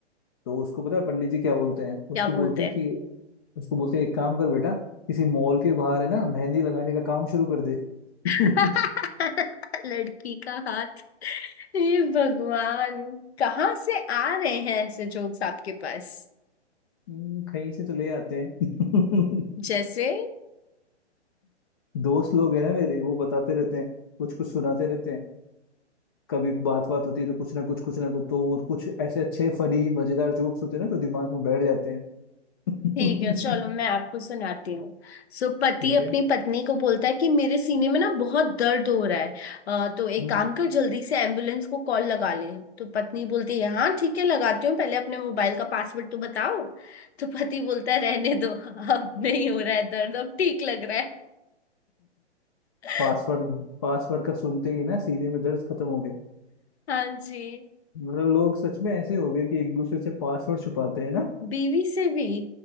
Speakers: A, on the left (about 20°); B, on the left (about 65°).
A: तो उसको पता है पंडित जी क्या बोलते हैं उसको
B: क्या बोलते
A: बोलते हैं कि उसको बोलते हैं एक काम कर बेटा किसी मॉल के बाहर है ना मेहंदी लगाने का काम शुरू कर दे <laughs>
B: हैं <laughs> लड़की का हाथ हे भगवान कहाँ से आ रहे हैं ऐसे जोक्स आपके पास
A: हम्म, कहीं से तो ले आते हैं <laughs>
B: जैसे
A: दोस्त लोग हैं ना मेरे वो बताते रहते हैं कुछ कुछ सुनाते रहते हैं कभी बात बात होती है तो कुछ ना कुछ कुछ ना कुछ तो वो कुछ ऐसे अच्छे फनी मजेदार जोक्स होते हैं ना तो दिमाग में बैठ जाते हैं
B: ठीक है चलो
A: <laughs>
B: मैं आपको सुनाती हूँ सो पति
A: ठीक
B: अपनी
A: है
B: पत्नी को बोलता है कि मेरे सीने में ना बहुत दर्द हो रहा है अ, तो एक
A: हम्म।
B: काम कर जल्दी से एम्बुलेंस को कॉल लगा ले तो पत्नी बोलती है हाँ ठीक है लगाती हूँ पहले अपने मोबाइल का पासवर्ड तो बताओ तो पति बोलता है रहने दो <laughs> अब नहीं हो रहा है दर्द अब ठीक लग रहा है <laughs>
A: पासवर्ड पासवर्ड <laughs> का सुनते ही ना सीने में दर्द खत्म हो गया
B: हाँ जी
A: मतलब लोग सच में ऐसे हो गए कि एक दूसरे से पासवर्ड छुपाते हैं ना
B: बीवी से भी